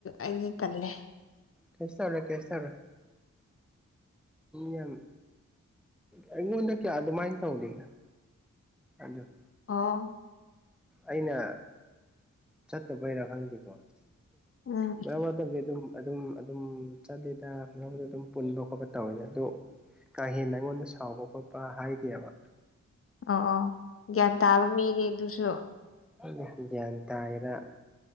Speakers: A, on the left; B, in the centre.
A: ꯑꯩꯗꯤ ꯀꯜꯂꯦ
B: ꯀꯦꯁ ꯇꯧꯔꯦ ꯀꯦꯁ ꯇꯧꯔꯦ ꯌꯥꯝꯝ ꯑꯩꯉꯣꯟꯗ ꯀ ꯑꯗ ꯃꯥꯏ ꯇ ꯍꯧꯗꯤꯒ ꯑꯗꯨꯗ
A: ꯑ
B: ꯑꯩꯅ ꯆꯠꯇꯕꯩꯔꯥ ꯈꯪꯗꯦꯀꯣ
A: ꯎꯝ
B: ꯃꯔꯛꯝ ꯃꯔꯗꯤ ꯑꯗꯨꯝ ꯑꯗꯨꯝ ꯑꯗꯨꯝ ꯆꯠꯂꯤꯗ ꯃꯧꯗ ꯑꯗꯨꯝ ꯄꯨꯟꯕ ꯈꯣꯠꯄ ꯇꯧꯋꯦ ꯑꯗꯨ ꯀꯥ ꯍꯦꯟꯅ ꯑꯩꯉꯣꯟꯗ ꯁꯥꯎꯕ ꯈꯣꯠꯄ ꯍꯥꯏꯗꯦꯕ
A: ꯑꯣ ꯑꯣ ꯒ꯭ꯌꯥꯟ ꯇꯥꯕ ꯃꯤꯅꯤ ꯑꯗꯨꯁꯨ
B: ꯈꯪꯗꯦ ꯒ꯭ꯌꯥꯟ ꯇꯥꯔꯤꯔꯥ